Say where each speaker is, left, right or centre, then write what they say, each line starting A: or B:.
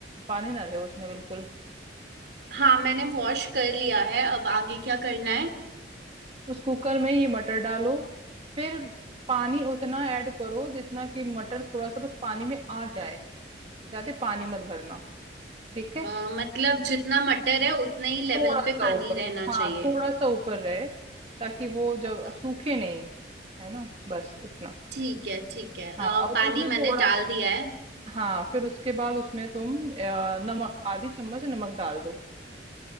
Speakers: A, on the right; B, on the right.
A: पानी ना रहे उसमें बिल्कुल
B: हाँ मैंने वॉश कर लिया है अब आगे क्या करना है
A: उस कुकर में ये मटर डालो फिर पानी उतना ऐड करो जितना कि मटर थोड़ा सा बस पानी में आ जाए ज्यादा पानी मत भरना ठीक है
B: अ, मतलब जितना मटर है उतने ही लेवल
A: थोड़ा
B: पे
A: सा
B: पानी
A: ऊपर
B: रहना
A: हाँ
B: चाहिए
A: थोड़ा सा ऊपर रहे ताकि वो जब
B: अ,
A: सूखे नहीं है ना बस इतना
B: ठीक है ठीक है अ,
A: हाँ और
B: पानी
A: तो उसमें थोड़ा
B: मैंने डाल
A: स-
B: दिया है
A: हाँ फिर उसके बाद उसमें तुम अ, नमक आधी चम्मच नमक डाल दो